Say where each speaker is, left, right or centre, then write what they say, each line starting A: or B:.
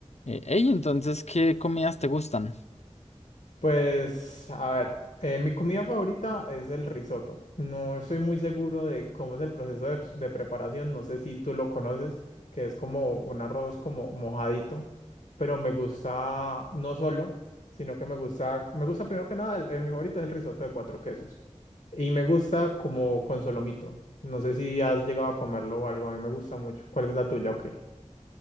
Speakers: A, on the left (about 65°); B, on the left (about 85°).
A: Eh, ey, entonces, ¿qué comidas te gustan?
B: Pues, a ver, eh, mi comida favorita es el risotto. No estoy muy seguro de cómo es el proceso de, pues, de preparación, no sé si tú lo conoces, que es como un arroz como mojadito, pero me gusta no solo, sino que me gusta, me gusta primero que nada, el, el mi favorito es el risotto de cuatro quesos. Y me gusta como con solomito. No sé si has llegado a comerlo o algo, a mí me gusta mucho. ¿Cuál es la tuya? Ok.